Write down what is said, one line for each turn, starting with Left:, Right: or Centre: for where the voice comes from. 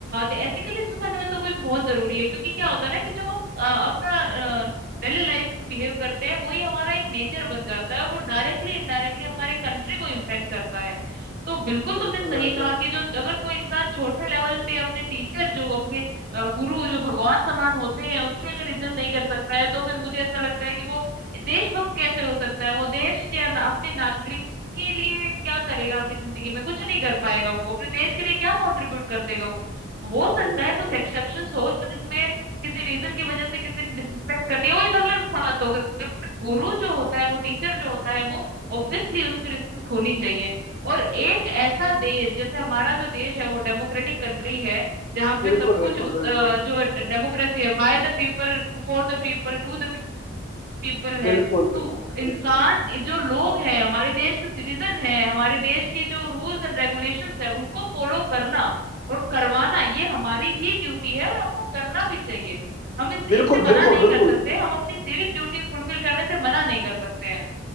Right: एथिकली देखा जाए तो वो भी बहुत जरूरी है क्योंकि क्या होता है ना कि जो हम अ, अपना डेली लाइफ में बिहेव करते हैं वही हमारा एक नेचर बन जाता है और वो डायरेक्टली इनडायरेक्टली हमारे कंट्री को इम्पैक्ट करता है तो बिल्कुल
Left: बिल्कुल
Right: तुमने सही
Left: बिल्कुल
Right: कहा कि जो अगर कोई इंसान छोटे लेवल पे अपने टीचर जो अपने अ, गुरु जो भगवान समान होते हैं उनकी अगर इज्जत नहीं कर सकता है तो फिर मुझे ऐसा लगता है कि वो देशभक्त कैसे हो सकता है वो देश या ना, अपने नागरिक के लिए क्या करेगा अपनी जिंदगी में कुछ नहीं कर पाएगा वो अपने देश के लिए क्या कंट्रीब्यूट कर देगा वो हो सकता
Left: बिल्कुल
Right: है कुछ एक्सेप्शंस हो जिसमें किसी रीजन की वजह से किसी ने डिसरिस्पेक्ट कर दिया वो ये गलत बात हो गई गुरु जो होता है वो टीचर जो होता है वो ऑब्वियसली उसकी रिस्पेक्ट होनी चाहिए और एक ऐसा देश जैसे हमारा जो देश है वो डेमोक्रेटिक कंट्री है जहाँ
Left: बिल्कुल
Right: पे सब
Left: बिल्कुल
Right: कुछ उस
Left: बिल्कुल बिल्कुल
Right: अ, जो डेमोक्रेसी है by the people for the people to the people है
Left: बिल्कुल
Right: तो
Left: बिल्कुल
Right: इंसान जो लोग हैं हमारे देश के सिटीजन हैं हमारे देश के जो रूल्स एंड रेगुलेशंस है उनको फॉलो करना और करवाना ये हमारी ही ड्यूटी है और हमको करना भी चाहिए हम इस
Left: बिल्कुल
Right: इनसे
Left: बिल्कुल
Right: मना नहीं
Left: बिल्कुल
Right: कर सकते हम अपनी सिविक ड्यूटी फुलफिल करने से मना नहीं कर सकते हैं